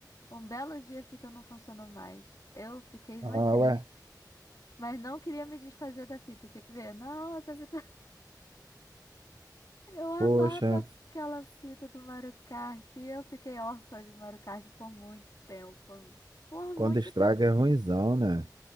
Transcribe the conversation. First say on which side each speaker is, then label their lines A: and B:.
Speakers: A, on the left; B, on the right.
A: Um belo dia a fita não funcionou mais. Eu fiquei
B: Ah,
A: muito triste.
B: ué.
A: Mas não queria me desfazer da fita, tinha que ver. Não, essa fita. <laughs> Eu amava
B: Poxa,
A: aquela fita do Mario Kart. E eu fiquei órfã de Mario Kart por muito tempo. Por
B: quando
A: muito
B: estraga
A: tempo
B: é
A: mesmo.
B: ruinzão, né?